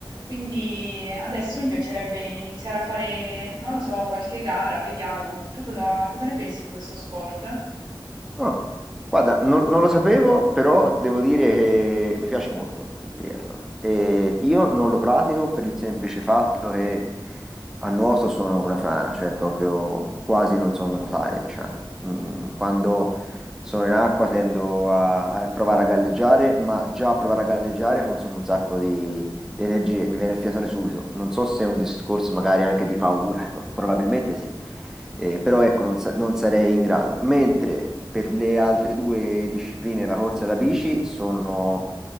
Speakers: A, on the right (about 60°); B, in the centre.
A: quindi adesso mi piacerebbe iniziare a fare, non lo so, qualche gara, vediamo. Tu cosa, cosa ne pensi di questo sport?
B: Ah, guarda, non, non lo sapevo, però devo dire che mi piace molto il triathlon. E io non lo pratico per il semplice fatto che a nuoto sono una frana, cioè proprio quasi non so nuotare, diciamo. Mm, quando sono in acqua tendo a, a provare a galleggiare, ma già a provare a galleggiare consumo un sacco di, di energie, mi viene il fiatone subito. Non so se è un discorso magari anche di paura, <laughs> ma probabilmente sì. Eh, però ecco, non, sa- non sarei in grado. Mentre per le altre due discipline, la corsa e la bici, sono,